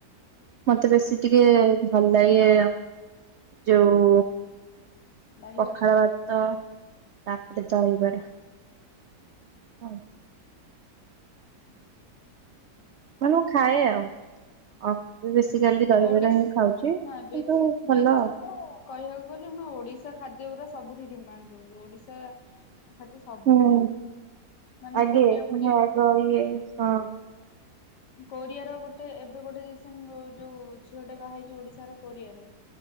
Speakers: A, on the right; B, on the left.
A: ମତେ ବେଶୀ ଟିକେ ଭଲ ଲାଗେ ଯୋଉ
B: ଦହିବରା
A: ପଖାଳ ଭାତ ତାପରେ ଦହିବରା। ହଁ। ମାନେ ମୁଁ ଖାଏ ଆଉ ଅବି ବେଶିକାଲି
B: ହୁଁ
A: ଦହିବରା
B: ଓଡିଶ
A: ହିଁ ଖାଉଛି।
B: ନା ବେଶୀ
A: କିନ୍ତୁ ଭଲ।
B: ବେଶୀ ତ କହିବାକୁ ଗଲେ ଓଡିଶା ଖାଦ୍ୟ ଗୁରା ସବୁଠି ଡିମାଣ୍ଡ ରହୁଛି ଓଡିଶା ଖାଦ୍ୟ ସବୁଠି
A: ହୁଁ
B: ମାନେ
A: ଆଗେ
B: କୋରିଆ ମୋରିଆ
A: ମୁ ଆ
B: ବି
A: ଇଏ ହଁ।
B: କୋରିଆ ର ଗୋଟେ ଏବେ ଗୋଟେ ରିସେଣ୍ଟ ଯୋଉ ଝିଅଟେ ବାହଇଛି ଓଡିଶାର କୋରିଆରେ